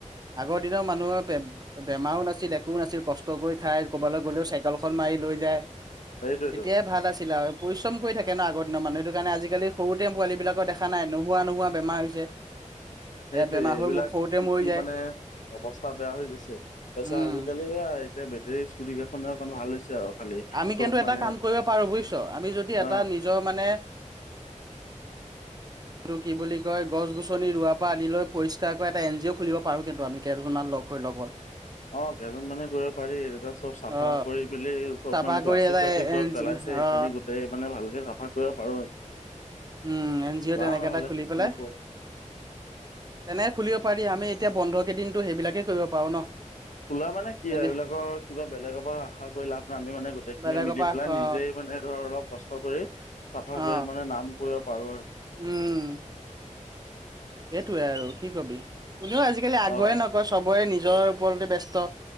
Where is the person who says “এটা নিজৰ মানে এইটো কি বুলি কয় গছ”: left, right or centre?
Right